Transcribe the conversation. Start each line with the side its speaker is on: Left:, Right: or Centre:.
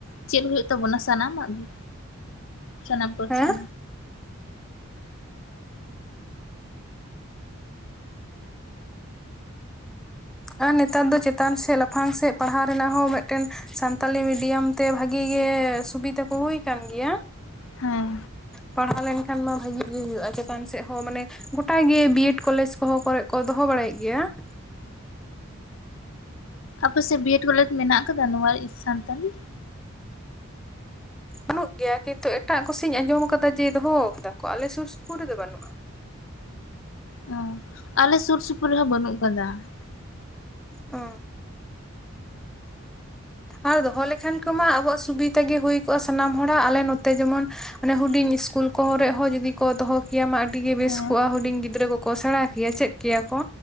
Left: ᱪᱮᱫ ᱦᱳᱭᱩᱜ ᱛᱟᱵᱚᱱᱟ ᱥᱟᱱᱟᱢᱟᱜ ᱜᱮ? ᱥᱟᱱᱟᱢ ᱯᱟᱨᱥᱤ
Centre: ᱦᱮᱸ ᱟᱨ ᱱᱮᱛᱟᱨ ᱫᱚ ᱪᱮᱛᱟᱱ ᱥᱮᱫ ᱞᱟᱯᱷᱟᱝ ᱥᱮᱫ ᱯᱟᱲᱦᱟᱣ ᱨᱮᱱᱟᱜ ᱦᱚᱸ ᱢᱤᱫᱴᱮᱱ ᱥᱟᱱᱛᱟᱞᱤ ᱢᱤᱰᱤᱭᱟᱢ ᱛᱮ ᱵᱷᱟᱜᱤ ᱜᱮ ᱥᱩᱵᱤᱫᱟ ᱠᱚ ᱦᱩᱭ ᱟᱠ ᱜᱮᱭᱟ,
Left: ᱦᱮᱸ
Centre: ᱯᱟᱲᱦᱟᱣ ᱞᱮᱱ ᱠᱷᱟᱱ ᱢᱟ ᱵᱷᱟᱜᱤ ᱜᱮ ᱦᱩᱭᱩᱜᱼᱟ ᱪᱮᱛᱟᱱ ᱥᱮᱫ ᱦᱚᱸ ᱢᱟᱱᱮ ᱜᱚᱴᱟ ᱜᱮ ᱵᱤ ᱮᱰ ᱠᱚᱞᱮᱡᱽ ᱠᱚ ᱦᱚᱸ ᱠᱚᱨᱮᱫ ᱠᱚ ᱫᱚᱦᱚ ᱵᱟᱲᱟᱭᱮᱫ ᱜᱮᱭᱟ ᱾
Left: ᱟᱯᱮᱥᱮᱫ ᱵᱤᱮᱰ ᱠᱚᱞᱮᱡᱽ ᱢᱮᱱᱟᱜ ᱟᱠᱟᱫᱟ ᱱᱚᱣᱟ ᱥᱟᱱᱛᱟᱞᱤ?
Centre: ᱵᱟᱹᱱᱩᱜ ᱜᱮᱭᱟ ᱠᱤᱱᱛᱩ ᱮᱴᱟᱜ ᱠᱚᱥᱤᱧ ᱟᱸᱡᱚᱢ ᱟᱠᱟᱫᱟ ᱡᱮ ᱫᱚᱦᱚ ᱟᱠᱟᱫᱟ ᱠᱚ ᱟᱞᱮ ᱥᱩᱨ ᱥᱩᱯᱩᱨ ᱨᱮᱫᱚ ᱵᱟᱹᱱᱩᱜᱼᱟ ᱾
Left: ᱚ ᱟᱞᱮ ᱥᱩᱨ ᱥᱩᱯᱩᱨ ᱨᱮᱦᱚᱸ ᱵᱟᱹᱱᱩᱜ ᱟᱠᱟᱫᱟ ᱾
Centre: ᱚ ᱟᱨ ᱫᱚᱦᱚ ᱞᱮᱠᱷᱟᱱ ᱠᱚᱢᱟ ᱟᱵᱚᱣᱟᱜ ᱥᱩᱵᱤᱫᱟ ᱜᱮ ᱦᱩᱭ ᱠᱚᱜᱼᱟ ᱥᱟᱱᱟᱢ ᱦᱚᱲᱟᱜ ᱟᱞᱮ ᱱᱚᱛᱮ ᱡᱮᱢᱚᱱ ᱢᱟᱱᱮ ᱦᱩᱰᱤᱧ ᱤᱥᱠᱩᱞ ᱠᱚᱨᱮ ᱦᱚᱸ ᱡᱩᱫᱤ ᱠᱚ ᱫᱚᱦᱚ ᱠᱮᱭᱟ ᱟᱹᱰᱤ ᱜᱮ ᱵᱮᱥ
Left: ᱦᱮᱸ
Centre: ᱠᱚᱜᱼᱟ ᱦᱩᱰᱤᱧ ᱜᱤᱫᱽᱨᱟᱹ ᱠᱚᱠᱚ ᱥᱮᱬᱟ ᱠᱮᱭᱟ, ᱪᱮᱫ ᱠᱮᱭᱟ ᱠᱚ᱾